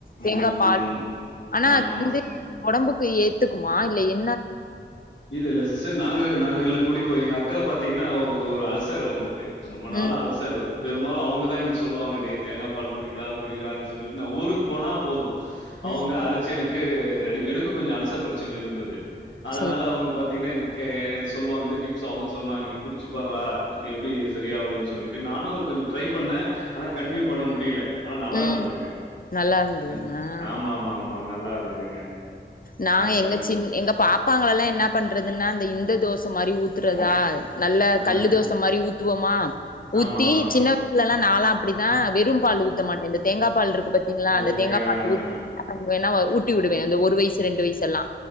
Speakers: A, on the left; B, on the left.
A: தேங்கா
B: ம்
A: பால்
B: ம்
A: ஆனா
B: ஆமாங்
A: அது வந்து ஒடம்புக்கு ஏத்துக்குமா இல்ல ஏத்
B: இல்ல இல்ல சிஸ்டர் நாங்கக நாங்க இல்ல குடிப்போ எங்க அக்காவ பாத்தீங்கனா ஒங் ங்க ஒரு அல்சர் அவ்ங்களுக்கு ரொம்ப நாள
A: ம்
B: அல்சரு பெரும்பாலு அவ்ங்க தா எனக்கு சொல்லுவாங்க டே தேங்கா பாலு குடிடா குடிடான்னு சொல்லி நா ஊருக்கு போனா போது அவ்ங்க
A: ம்
B: அரச்சு எனக்கு ரெடி எனக்கு கொஞ்ச அல்சர் பிரச்சன இருந்தது அதனால
A: சரி
B: அவ்ங்க பாத்தீங்கனா எனக்கு சொல்லுவாங்க இந்த டிப்ஸு அவ்ங்க சொன்னாங்க நீ குடிச்சு பார்றா எப்டி செரியாவுதுன் சொல்லிட்டு நானு கொஞ்ச ட்ரை பண்ணே ஆனா கண்ட்டினியூ பண்ண முடிய்ல ஆனா நல்லா
A: ம்
B: இருந்ததுங்க
A: நல்லா இருந்ததுங்க
B: ம்
A: ஆ
B: ஆமாம்மாம்மா நல்லா இருந்ததுங்க
A: நா
B: ஆஹ்
A: எங்க சின் எங்க பாப்பாங்களலா என்ன பண்றதுனா அந்த இந்த தோச மார் இப்டி ஊத்றதா நல்ல
B: ஆஹ்
A: கல்லு தோச மாரி ஊத்துவமா ஊத்தி
B: ஆமா ஆமாங்க
A: சின்ன வய்சுலலா நாலா அப்டித்தா வெறும் பாலு ஊத்த மாட்டே இந்த தேங்கா பால் இருக்கு பாத்தீங்ளா அந்த
B: ஓகே
A: தேங்கா
B: ஆ
A: பால
B: ஆ, ஆ.
A: ஊத் அப்பறமா வேனா வ ஊட்டிவுடுவே அந்த ஒரு வய்சு ரெண்டு வய்சு எல்லா